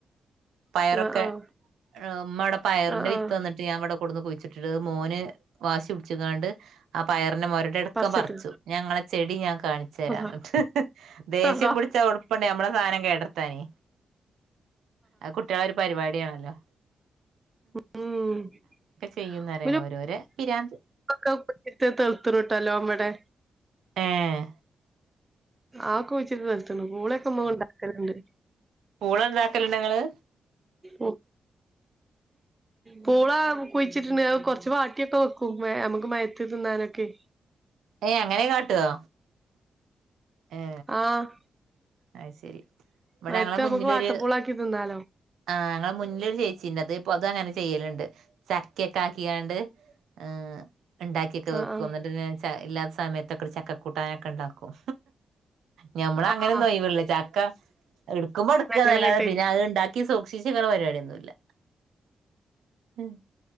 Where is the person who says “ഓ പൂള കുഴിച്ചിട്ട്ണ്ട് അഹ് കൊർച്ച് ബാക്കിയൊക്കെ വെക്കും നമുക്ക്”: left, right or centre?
Right